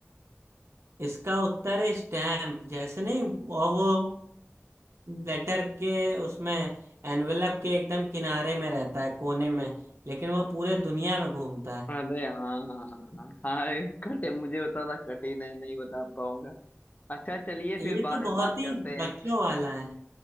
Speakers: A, on the right; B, on the left.
A: इसका उत्तर है स्टैम्प जैसे नहीं और वो लेटर के उसमें एनवेलप के एकदम किनारे में रहता है कोने में लेकिन वो पूरे दुनिया में घूमता है
B: अरे हाँ हाँ हाँ हाँ, ये कठिन मुझे बता था कठिन है नहीं बता पाऊंगा अच्छा चलिए फिर
A: ये
B: बाद
A: तो
B: में
A: बहुत
B: बात
A: ही
B: करते हैं
A: बच्चों वाला है